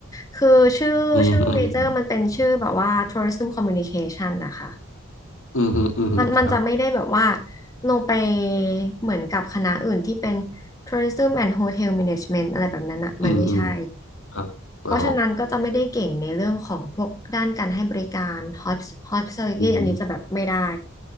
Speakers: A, on the left; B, on the left.
A: คือชื่อชื่อเมเจอร์มันเป็นชื่อแบบว่า
B: อืม
A: Tourism Communication นะคะ
B: อืมอืมอืมอืมครับ
A: มันมันจะไม่ได้แบบว่าลงไปเหมือนกับคณะอื่นที่เป็น Tourism and Hotel Management อะไรแบบนั้นอ่ะมันไม่ใช่
B: อืมอืมครับอ๋อ
A: เพราะฉะนั้นก็จะไม่ได้เก่งในเรื่องของพวกด้านการให้บริการ Hosp- Hospitality
B: อืม
A: อันนี้จะแบบไม่ได้